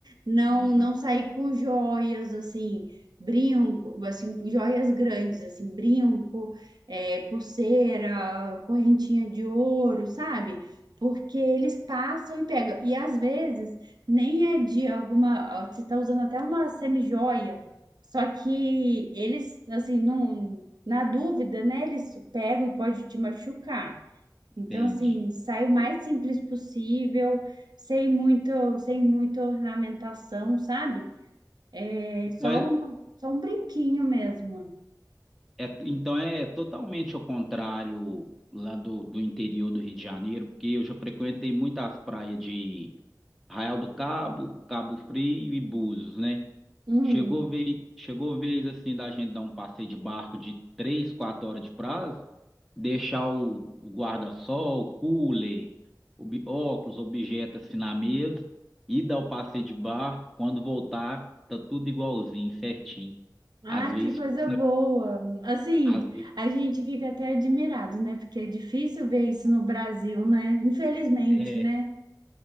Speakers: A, on the right; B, in the centre.
A: não
B: Hum,
A: não sair com joias, assim, brinco, assim, joias grandes, assim, brinco, é, pulseira, correntinha de ouro, sabe? Porque eles passam e pegam. E às vezes nem é de alguma. Você está usando até uma semi-joia, só que eles, assim, não, na dúvida, né? Eles pegam e pode te machucar.
B: entendi.
A: Então, assim, sai o mais simples possível, sem muito, sem muita ornamentação, sabe? É
B: Então
A: só
B: é,
A: um, só um brinquinho mesmo.
B: é- então é totalmente ao contrário lá do, do interior do Rio de Janeiro, porque eu já frequentei muitas praias de Arraial do Cabo, Cabo Frio e Búzios, né?
A: Hum.
B: Chegou vez, chegou vez assim da gente dar um passeio de barco de três, quatro horas de prazo, deixar o, o guarda-sol, o cooler, o bi- óculos, objeto assim na mesa e dar o passeio de barco. Quando voltar, tá tudo igualzinho, certinho.
A: Ah,
B: Às vezes
A: que coisa
B: fosse na,
A: boa! Assim,
B: às vezes,
A: a gente fica até admirado, né? Porque é difícil ver isso no Brasil, né? Infelizmente,
B: é,
A: né?